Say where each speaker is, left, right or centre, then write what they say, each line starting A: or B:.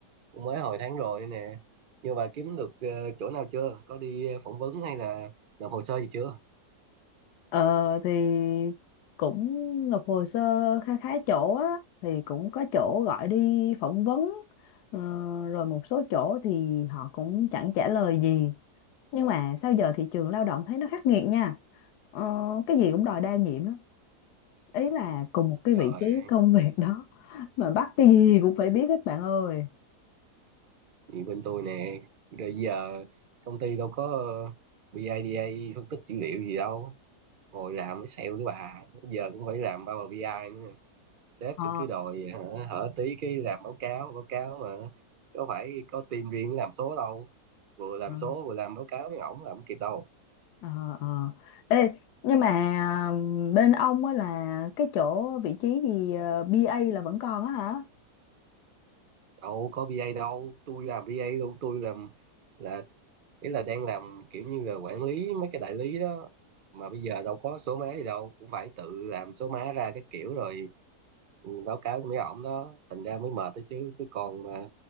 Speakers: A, on the right (about 75°); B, on the left (about 85°).
A: cũng mới hồi tháng rồi nè nhưng bà kiếm được ờ, chỗ nào chưa có đi phỏng vấn hay là nộp hồ sơ gì chưa
B: Ờ thì cũng nộp hồ sơ kha khá chỗ á thì cũng có chỗ gọi đi phỏng vấn ờ, rồi một số chỗ thì họ cũng chẳng trả lời gì nhưng mà sao giờ thị trường lao động thấy nó khắc nghiệt nha ờ, cái gì cũng đòi đa nhiệm á ý là cùng một cái
A: trời
B: vị trí công <laughs> việc đó mà bắt cái gì cũng phải biết hết bạn ơi
A: thì bên tôi nè rồi giờ công ty đâu có BIDA phân tích dữ liệu gì đâu ngồi làm mới sale cái bà giờ cũng phải làm Power BI nữa sếp
B: ờ
A: thì cứ đòi hả, hở tí cái làm báo cáo báo cáo mà có phải có team riêng làm số đâu vừa làm
B: ờ.
A: số vừa làm báo cáo với ổng là không kịp đâu
B: ờ ờ ê nhưng mà um, bên ông á là cái chỗ vị trí gì ờ, bê A là vẫn còn á hả
A: đâu có BA đâu tôi làm BA luôn tôi làm là ý là đang làm kiểu như là quản lý mấy cái đại lý đó mà bây giờ đâu có số má gì đâu cũng phải tự làm số má ra cái kiểu rồi báo cáo cho mấy ổng đó thành ra mới mệt đó chứ cứ còn mà